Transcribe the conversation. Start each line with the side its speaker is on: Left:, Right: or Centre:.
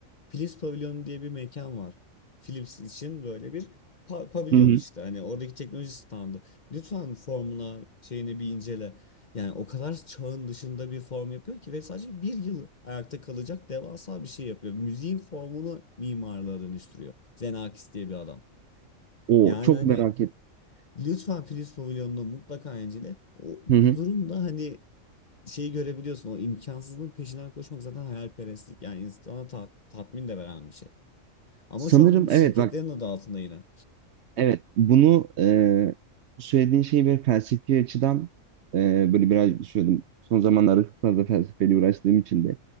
Left: Philips Pavilyonu diye bir mekan var. Philips için böyle bir pa- pavilyon
Right: Hı hı.
Left: işte. Hani oradaki teknoloji standı. Lütfen formuna şeyini bir incele. Yani o kadar çağın dışında bir form yapıyor ki ve sadece bir yıl ayakta kalacak devasa bir şey yapıyor. Müziğin formunu mimarlığa dönüştürüyor. Xenakis diye bir adam.
Right: O
Left: Yani
Right: çok
Left: hani
Right: merak ettim.
Left: lütfen Philips Pavilion'unu mutlaka incele. O, bu
Right: Hı hı.
Left: durumda hani şeyi görebiliyorsun. O imkansızlığın peşinden koşmak zaten hayalperestlik. Yani insana ta- tatmin de veren bir şey. Ama
Right: Sanırım
Left: şu an bunu şirketlerin
Right: evet bak
Left: adı altında yine.
Right: evet bunu e, söylediğin şeyi böyle felsefi açıdan e, böyle birazcık düşünüyordum. Son zamanlarda çok fazla
Left: Hı hı.
Right: felsefeyle uğraştığım için de